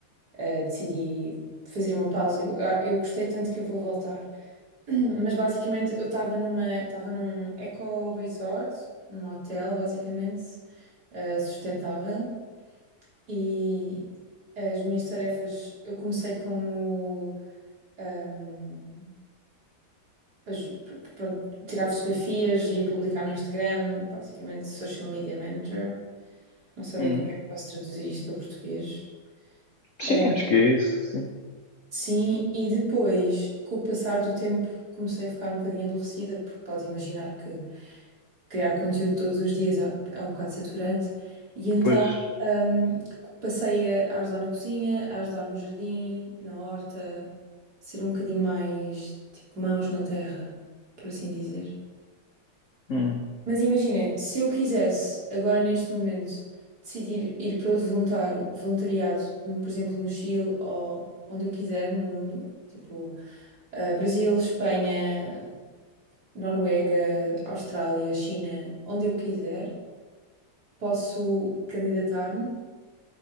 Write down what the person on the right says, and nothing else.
eh, decidi fazer uma pausa. Eu, ah, eu gostei tanto que eu vou voltar. <clears throat> Mas basicamente eu estava numa, estava num eco resort, num hotel basicamente eh, sustentável e as minhas tarefas eu comecei como ahm, as- pr- pronto, tirar fotografias e publicar no Instagram, basicamente social media manager. Não sabem
como é que posso traduzir isto para português.
Eh,
Sim, e depois, com o passar do tempo, comecei a ficar um bocadinho aborrecida, porque pode imaginar que criar conteúdo todos os dias é é um bocado saturante, e então
hum, passei a ajudar na cozinha, a ajudar no jardim, na horta, ser um bocadinho mais tipo mãos na terra, por assim dizer.
Mas imagina, se eu quisesse agora neste momento decidir ir para outro voluntário, voluntariado, no- por exemplo, no Chile ou onde eu quiser no mundo, tipo ah, Brasil, Espanha, Noruega, Austrália, China, onde eu quiser, posso candidatar-me.